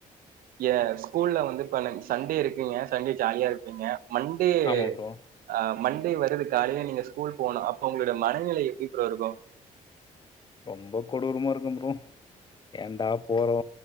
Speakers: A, on the right (about 80°); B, on the left (about 30°).
A: ஏ ஸ்கூல்ல வந்து சண்டே இருக்குங்க சண்டே ஜாலியா இருப்பீங்க மண்டே
B: ஆமாம் ப்ரோ
A: அ மண்டே வருது காலையில நீங்க ஸ்கூல் போனு அப்ப உங்களோட மனநிலை எப்டி ப்ரோ இருக்கு
B: ரொம்ப கொடூரமா இருக்கு னு ஏன்டா போறோ